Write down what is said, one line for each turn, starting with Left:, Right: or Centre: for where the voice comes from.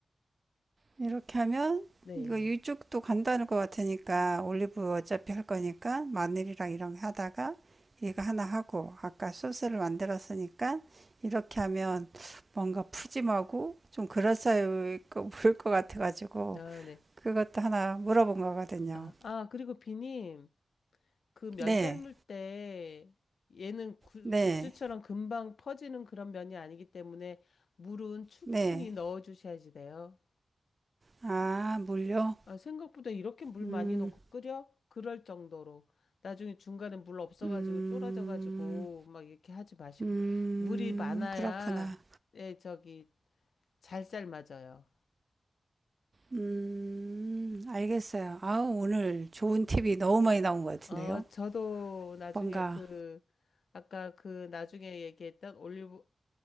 Right: 이렇게 하면
Left: 네.
Right: 이거 이쪽도 간단할 것 같으니까 올리브 어차피 할 거니까 마늘이랑 이런 거 하다가 이거 하나 하고 아까 소스를 만들었으니까 이렇게 하면 뭔가 푸짐하고 좀 그럴싸해 보일 것 같아가지고
Left: 아, 네.
Right: 그것도 하나 물어본 거거든요.
Left: 아, 아, 그리고 비님. 그 면
Right: 네,
Left: 삶을 때 얘는 구-
Right: 네,
Left: 국수처럼 금방 퍼지는 그런 면이 아니기 때문에 물은 충분히
Right: 네.
Left: 넣어 주셔야지 돼요.
Right: 아, 물요?
Left: 아, 생각보다 이렇게 물
Right: 음,
Left: 많이 넣고 끓여? 그럴 정도로. 나중에 중간에 물 없어가지고
Right: 음,
Left: 쫄아져가지고 막 이렇게 하지 마시고.
Right: 음,
Left: 물이 많아야,
Right: 그렇구나.
Left: 예, 저기, 잘 삶아져요.
Right: 음, 알겠어요. 아, 오늘 좋은 팁이 너무 많이 나온 것 같은데요.
Left: 어, 저도 나중에
Right: 뭔가,
Left: 그, 아까 그 나중에 얘기했던 올리브,